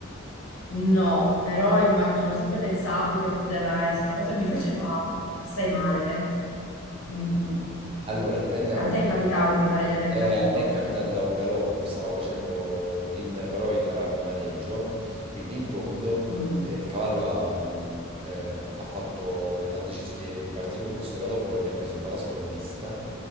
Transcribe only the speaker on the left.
No, però immagino, ho sempre pensato che poteva essere una cosa che mi faceva assai male. Mm, mm.
A
te è
capitato, mi pare di aver
capito.
Mm.